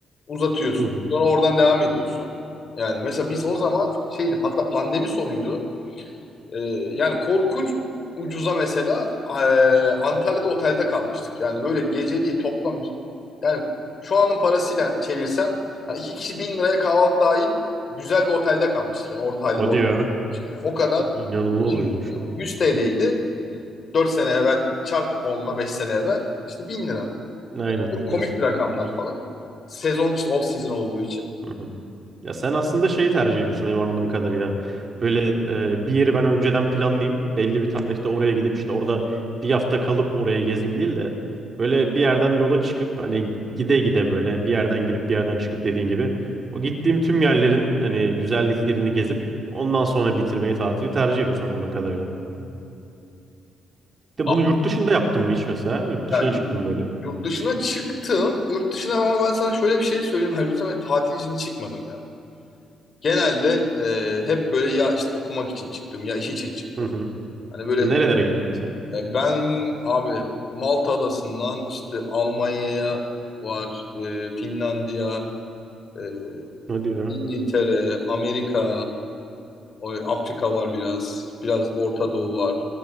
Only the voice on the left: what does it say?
uzatıyorsun,
sonra oradan devam ediyorsun. Yani mesela biz o zaman şeydi, hatta pandemi sonuydu. Ee, yani korkunç ucuza mesela e, Antalya'da otelde kalmıştık. Yani böyle geceliği toplam yani şu anın parasıyla çevirsem hani iki kişi bin liraya kahvaltı dahil güzel bir otelde kalmıştık. Yani orta halli
bir otel.
düşün. Yani o kadar
uygundu
yani.
Hani
100 TL'ydi 4 sene evvel çarp onla 5 sene evvel işte 1000 lira.
Çok
komik
bir rakamlar falan. Sezon işte off season olduğu için.
Ama
ya yurt
yurt dışına çıktım. Yurt dışına ama ben sana şöyle bir şey söyleyeyim. Halbuki ben tatil için çıkmadım ya. Genelde e, hep böyle ya işte okumak için çıktım ya iş için çıktım.
Hani böyle
e, ben abi Malta Adası'ndan işte Almanya'ya var, e, Finlandiya, e,
İngiltere, Amerika, o- Afrika var biraz, biraz Orta Doğu var,